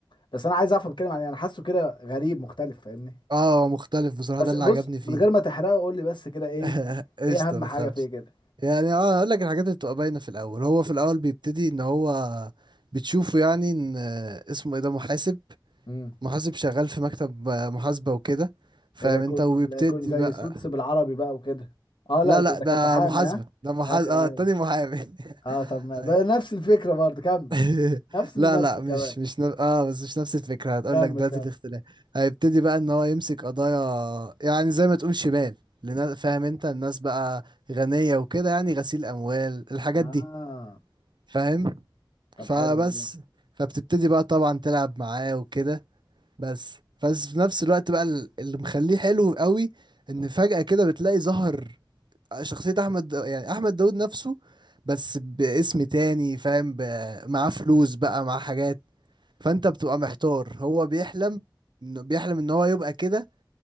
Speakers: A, on the left (about 80°); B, on the right (about 70°).
A: بس انا عايز اعرف هو بيتكلم عن ايه انا حاسه كده غريب مختلف فاهمني
B: اه مختلف بصراحة
A: بس
B: ده اللي
A: بص
B: عجبني فيه
A: من غير ما تحرقه قول لي بس كده ايه
B: <laughs> قشطة
A: ايه اهم
B: ما
A: حاجه
B: تخافش
A: فيه كده
B: يعني اه اقول لك الحاجات اللي بتبقى باينه في الاول هو في الاول بيبتدي ان هو بتشوفه يعني ان آه، اسمه ايه ده محاسب
A: امم
B: محاسب شغال في مكتب آه، محاسبه وكده فاهم
A: لا يكون
B: انت وبيبتدي
A: لا يكون زي
B: بقى
A: سوتس بالعربي بقى وكده اه لا
B: لا
A: ده
B: لا
A: ده
B: ده
A: كان محامي
B: محاسبه
A: ها
B: ده محاسب
A: ايوه
B: اه
A: ايوه
B: التاني محامي
A: اه
B: <laughs>
A: طب ما بقى
B: أي.
A: نفس الفكره برضه كمل
B: <laughs>
A: نفس الممثل
B: لا لا مش
A: كمان
B: مش نف... اه بس مش نفس الفكره هتقول
A: كمل
B: لك دلوقتي
A: كمل
B: الاختلاف هيبتدي بقى ان هو يمسك قضايا يعني زي ما تقول شمال لنا- فاهم انت الناس بقى غنيه وكده يعني غسيل اموال الحاجات
A: اه
B: دي فاهم
A: طب
B: فبس
A: حلو والله
B: فبتبتدي بقى طبعا تلعب معاه وكده بس بس في نفس الوقت بقى ال- اللي مخليه حلو قوي ان فجأة كده بتلاقي ظهر شخصية احمد دا- يعني احمد داود نفسه بس باسم تاني فاهم ب- معاه فلوس بقى معاه حاجات فانت بتبقى محتار هو بيحلم إنه- بيحلم ان هو يبقى كده